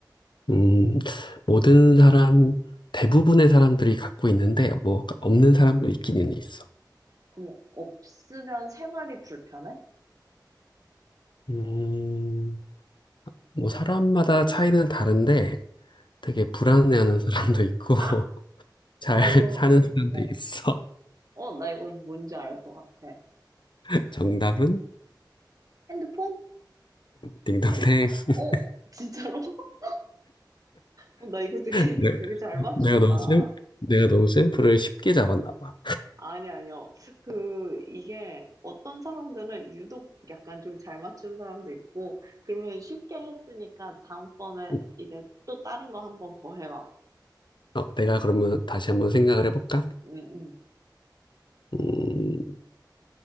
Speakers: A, on the left (about 80°); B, on the right (about 50°).
A: 음, 모든 사람, 대부분의 사람들이 갖고 있는데, 뭐, 없는 사람도 있기는 있어.
B: 그럼 없으면 생활이 불편해?
A: 음, 뭐, 사람마다 차이는 다른데, 되게 불안해하는 사람도 있고
B: 아,
A: <laughs> 잘
B: 나 이거,
A: 사는 사람도
B: 뭐,
A: 있어.
B: 어, 어, 나 이거 뭔지 알 것 같아.
A: <laughs> 정답은
B: 핸드폰?
A: 딩동댕. <laughs>
B: 어, 진짜로? <laughs> 어, 나 이거 되게,
A: 내-
B: 되게 잘 맞춘다.
A: 내가 너무 샘, 내가 너무 샘플을 쉽게 잡았나 봐.
B: 아니, 아니요. 그, 이게 어떤 사람들은 유독 약간 좀 잘 맞춘 사람도 있고, 그러면 쉽게 했으니까 다음번에
A: 음,
B: 이제 또 다른 거 한번 더 해봐.
A: 어, 내가 그러면 다시 한번 생각을 해볼까?
B: 응, 응.
A: 음,